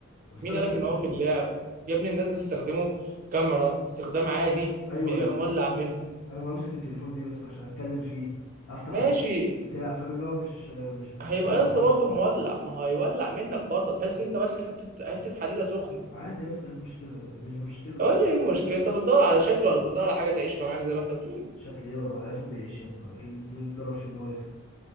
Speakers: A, on the left (about 60°); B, on the right (about 40°).
A: انا بستخدم
B: مين قال لك ان هو في اللعب يا ابني الناس بتستخدمه كاميرا استخدام عادي
A: ايوه
B: وبيبقى
A: انا ما...
B: مولع منهم
A: انا بمسك التليفون ليه يا اسطى عشان اتكلم فيه افتح
B: ماشي
A: واتس بتاع فاهم اللي هو مش مش بستخدمه
B: هيبقى يا اسطى
A: 24
B: برضه مولع
A: ساعه
B: ما هو هيولع منك برضه تحس
A: لا،
B: انت ماسك حتة حتة حديدة سخنة
A: عادي يا اسطى ايه المشكله مش مشكله بصراحه
B: هو ايه اللي- إيه المشكلة انت بتدور على شكل ولا بتدور على حاجة تعيش معاك زي ما انت بتقول
A: شكل ايه مع الايفون بيعيش يا ابني ايه ال- إيه الضرر في ان هو يسخن